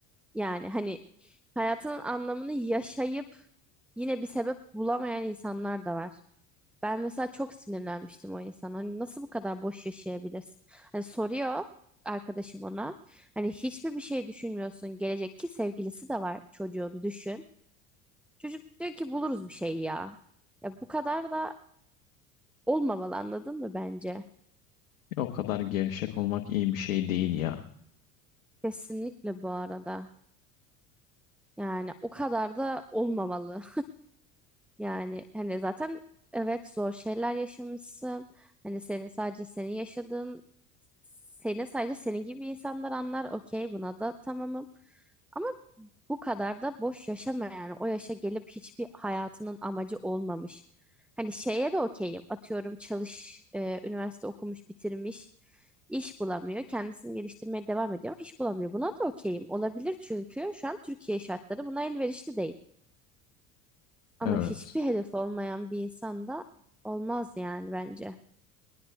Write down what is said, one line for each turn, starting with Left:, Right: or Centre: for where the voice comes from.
Centre: Yani hani hayatının anlamını yaşayıp Yine bir sebep bulamayan insanlar da var. Ben mesela çok sinirlenmiştim o insana. Hani nasıl bu kadar boş yaşayabilirsin? Hani soruyor arkadaşım ona. Hani hiçbir bir şey düşünmüyorsun. Gelecek ki sevgilisi de var çocuğun düşün. Çocuk diyor ki buluruz bir şey ya. Ya bu kadar da olmamalı anladın mı bence?
Left: E, o kadar gevşek olmak iyi bir şey değil ya.
Centre: Kesinlikle bu arada. Yani o kadar da olmamalı. Yani hani zaten evet zor şeyler yaşamışsın. Hani senin sadece senin yaşadığın seni sadece senin gibi insanlar anlar. Okey buna da tamamım. Ama bu kadar da boş yaşama yani. O yaşa gelip hiçbir hayatının amacı olmamış. Hani şeye de okeyim. Atıyorum çalış, e, üniversite okumuş, bitirmiş, iş bulamıyor. Kendisini geliştirmeye devam ediyor ama iş bulamıyor. Buna da okeyim. Olabilir çünkü şu an Türkiye şartları buna elverişli değil. Ama
Left: Evet.
Centre: hiçbir hedef olmayan bir insan da olmaz yani bence.